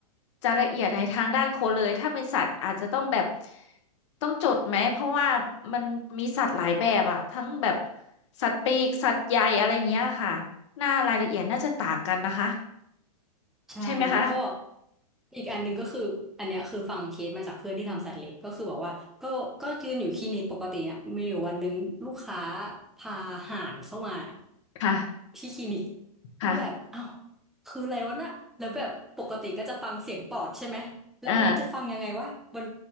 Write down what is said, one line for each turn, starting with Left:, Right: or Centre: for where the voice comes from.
Left: จะละเอียดในทางด้านคนเลยถ้าเป็นสัตว์อาจจะต้องแบบต้องจดไหมเพราะว่ามันมีสัตว์หลายแบบอะทั้งแบบสัตว์ปีกสัตว์ใหญ่อะไรอย่างเงี้ยค่ะหน้ารายละเอียดน่าจะต่างกันนะคะ
Centre: ใช่แล้วก็
Left: ใช่ไหมคะ
Centre: อีกอันหนึ่งก็คืออันเนี้ยคือฟังเคสมาจากเพื่อนที่ทำสัตว์เล็กก็คือบอกว่าก็ก็ยืนอยู่คลินิกปกติเนี่ยมีอยู่วันหนึงลูกค้าพาห่านเข้ามา
Left: ค่ะ
Centre: ที่คลินิก
Left: ค่ะ
Centre: ก็แบบอ้าวคืออะไรวะน่ะแล้วแบบปกติก็จะฟังเสียงปอดใช่ไหมแล้วอันนี้จะฟังยังไงวะมัน
Left: <laughs> อ่า